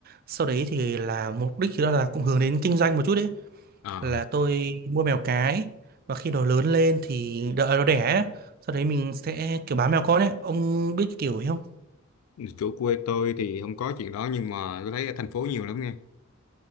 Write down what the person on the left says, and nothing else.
À,
chỗ quê tôi thì không có chuyện đó nhưng mà tôi thấy ở thành phố nhiều lắm nghe.